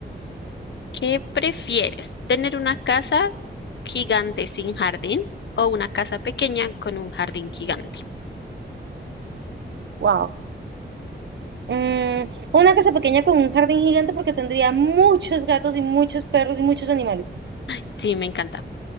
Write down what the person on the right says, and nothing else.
Wow. Mm, una casa pequeña con un jardín gigante porque tendría muchos gatos y muchos perros y muchos animales.